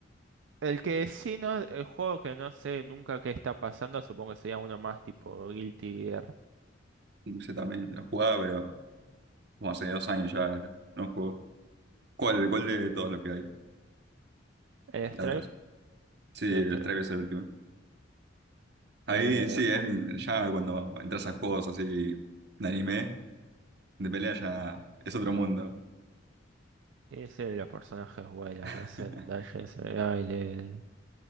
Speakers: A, on the right; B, on the right.
A: el que sí, no, el juego que no sé nunca qué está pasando, supongo que sería uno más tipo Guilty Gear.
B: usé también, lo jugaba, pero como hace dos años ya no juego. ¿Cuál, cuál de todos los que hay?
A: El
B: La
A: Stripe,
B: verdad. Sí,
A: el
B: el
A: Stripe.
B: Stray es el último. Ahí
A: Eh,
B: sí,
A: bueno,
B: es ya cuando entras a juegos así de anime, de pelea ya es otro mundo.
A: ese de los personajes vuelan,
B: <laughs>
A: hacen dashes en el aire,